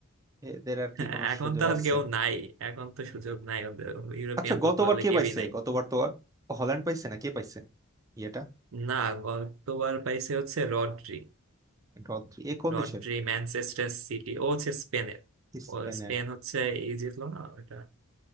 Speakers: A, on the right; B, on the right.
A: এদের আর কি
B: হ্যাঁ,
A: কোনো
B: এখন
A: সুযোগ
B: তো আর
A: আছে
B: কেউ নাই এখন তো সুযোগ নাই ওদের ইউরোপিয়ান
A: আচ্ছা
B: ফুটবলে
A: গতবার কে
B: কেউই
A: পাইছে
B: নাই
A: গতবার তো আর হল্যান্ড পাইছে না কে পাইছে ইয়েটা
B: না গতবার পাইছে হচ্ছে রড্রি
A: এটা অত- এ কোন
B: রড্রি
A: দেশের
B: ম্যানচেস্টার সিটি ও হচ্ছে স্পেনের
A: স্পেনের
B: ও স্পেন হচ্ছে এই জিতলো না ওটা